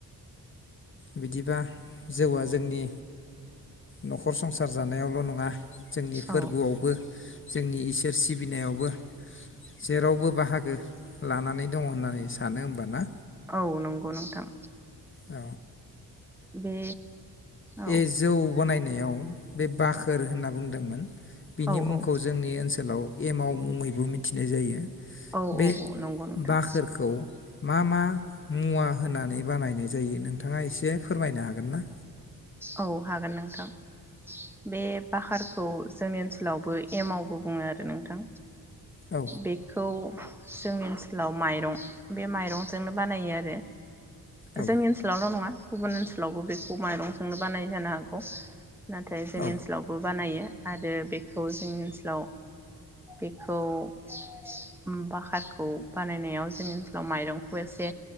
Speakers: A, on the left; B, in the centre.
A: बिदिबा जौआ जोंनि न'खर संसार जानायावल' नङा जोंनि फोरबोआवबो।
B: औ
A: जोंनि इसोर सिबिनायावबो जेरावबो बाहागो लानानै दङ होननानै सानो होमबाना।
B: औ नंगौ नोंथां।
A: औ।
B: बे औ।
A: ए जौ बानायनायाव बे बाखोर होनना बुंदोंमोन। बिनि
B: औ
A: मुंखौ
B: औ
A: जोंनि ओनसोलाव एमाव मुंङै। बो मिथिनाय जायो।
B: औ
A: बे
B: औ औ नंगौ नोंथां।
A: बाखोरखौ मा मा मुवा होनानै बानाय जायो नोंथाङा एसे फोरमायनो हागोन ना?
B: औ हागोन नोंथां बे बाकारखौ जोंनि ओनसोलावबो एमवबो बुङो आरो नोंथां।
A: औ
B: बेखौ जोंनि ओनसोलाव माइरं बे माइरंजोंनो बानायो आरो।
A: औ
B: जोंनि ओनसोलावल' नङा गुबुन ओनसोलावबो बेखौ माइरं जोंनो बानाय जानो हागौ। नाथाय जों
A: औ
B: ओनसोलावबो बानायो। आरो बेखौ जोंनि ओनसोलाव बेखौ ओम बाकारखौ बानायनायाव जोंनि ओनसोलाव माइरंखौ एसे